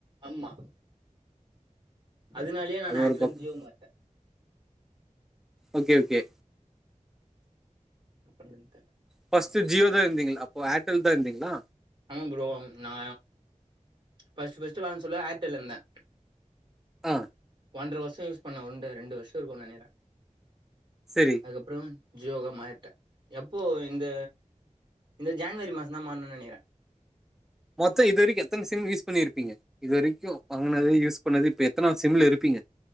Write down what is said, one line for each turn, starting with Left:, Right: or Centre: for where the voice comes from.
Right: ஆம்மா அதுனாலயே நானு
Centre: அது
Right: ஏர்டெல்லருந்
Centre: ஒரு பக்கம்
Right: ஜியோ மாறிட்டே
Centre: ஓகே ஓகே
Right: அப்பல்லந் தெர்ல
Centre: ஃபஸ்டு ஜியோதா இருந்தீங்ள அப்போ ஏர்டெல்தா இருந்தீங்ளா
Right: ஆமா ப்ரோ நா ஃபஸ்டு ஃபஸ்டு வாங்க சொல்ல ஏர்டெல்ல இருந்தே
Centre: அ
Right: ஒன்ற வர்ஷோ யூஸ் பண்ண ஒன்டு ரெண்டு வர்ஷோ இருக்கு நெனைகுறே
Centre: சரி
Right: அதுக்கப்றோ ஜியோகா மாறிட்ட எப்போ இந்த இந்த ஜென்வரி மாசோந்தா மாற்னுன் நெனைக்குறே
Centre: மொத்தொ இது வரிக்கு எத்தன சிம் யூஸ் பண்ணிருபீங்க இது வரிக்கு வாங்னது யூஸ் பண்ணது இப்ப எத்தனாது சிம்ல இருபீங்க